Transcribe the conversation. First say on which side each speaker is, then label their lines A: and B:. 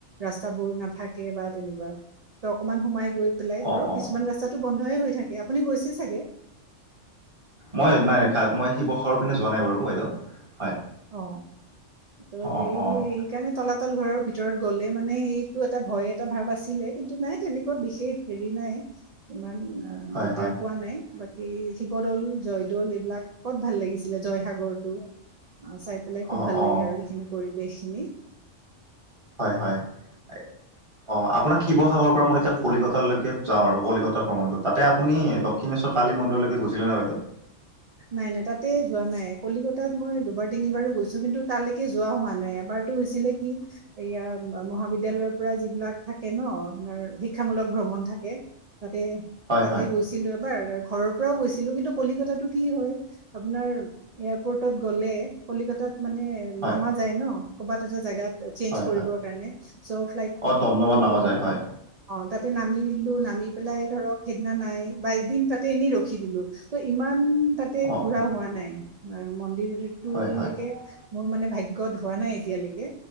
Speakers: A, on the right; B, on the right.
A: ৰাস্তাবোৰ নাথাকে বা তেনেকুৱা। ত অকণমান সোমাই গৈ পেলাই ধৰক
B: অ', অ',
A: কিছুমান ৰাস্তাটো বন্ধয়ে হৈ থাকে আপুনি গৈছে ছাগে?
B: মই নাই কা-মই শিৱসাগৰৰ পিনে যোৱা নাই বাৰু বাইদেউ, হয়।
A: অ ত সেই
B: অ', অ',
A: কাৰণে তলাতল ঘৰৰ ভিতৰত গ'লে মানে সেইটো এটা ভয় এটা ভাৱ আছিলে কিন্তু নাই তেনেকুৱা বিশেষ হেৰি নাই, ইমান আ
B: হয়,
A: দিগদাৰ
B: হয়,
A: পোৱা নাই। বাকী শিৱদ'ল, জয়দৌল এইবিলাক ক'ত ভাল লাগিছিলে জয়সাগৰটো? অ চাই পেলাই খুব
B: অ',
A: ভাল
B: অ',
A: লাগে আৰু সেইখিনি পৰিৱেশখিনি।
B: হয়, হয়। এই অ আপোনাক শিৱসাগৰৰ পৰা মই এতিয়া কলিকতালৈকে যাওঁ আৰু কলিকতা ভ্ৰমণটো। তাতে আপুনি দক কিনে ছ কালী মন্দিৰৰলৈকে গৈছিলে নে বাইদেউ?
A: নাই, নাই তাতে যোৱা নাই। কলিকতাত মই দুবাৰ তিনিবাৰো গৈছো কিন্তু তালৈকে যোৱা হোৱা নাই। এবাৰ টো হৈছিলে কি? এইয়া ম-মহাবিদ্যালয়ৰ পৰা যিবিলাক থাকে ন আপোনাৰ শিক্ষামূলক ভ্ৰমণ থাকে। তাতে,
B: হয়
A: তাতে
B: হয়
A: গৈছিলো এবাৰ, ঘৰৰ পৰাও গৈছিলো কিন্তু কলিকতাতো কি হয়, আপোনাৰ এয়াৰপৰ্টত গ'লে কলিকতাত মানে
B: হয়
A: নামা যায় ন ক'বাত এটা জাগাত চেঞ্জ
B: হয়
A: কৰিবৰ
B: হয়
A: কাৰণে চ' ফ্লাইটটোত
B: অ দমদমত নামা
A: অকণমান
B: যায় হয়
A: অ তাতে নামি দিলো, নামি পেলাই ধৰক সেইদিনা নাই বা এদিন তাতে এনেই ৰখি দিলো। ত ইমান তাতে
B: অ
A: ঘুৰা
B: অ
A: হোৱা নাই। অ মন্দিৰটোৰলৈকে
B: হয় হয়
A: মোৰ মানে ভাগ্যত হোৱা নাই এতিয়ালৈকে